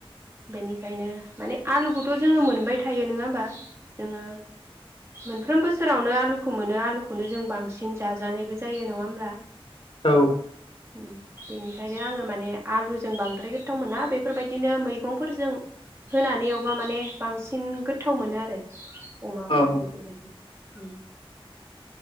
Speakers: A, on the right (about 25°); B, on the left (about 65°).
A: बेनिखायनो माने आलुखौथ' जोङो मोनबाय थायो नङा होमबा जोङो मोनफ्रोम बोसोरावनो आलुखौ मोनो आलुखौनो जों बांसिन जाजो जानाय बे जायो नङा होमब्ला
B: औ
A: बेनिखायनो आङो माने आलुजों बांद्राय गोथाव मोना बेफोरबायदिनो मैगंफोरजों होनानै एबा माने बांसिन गोथाव मोनो आरो अमाखौ
B: औ औ
A: बेफोरबायदि उम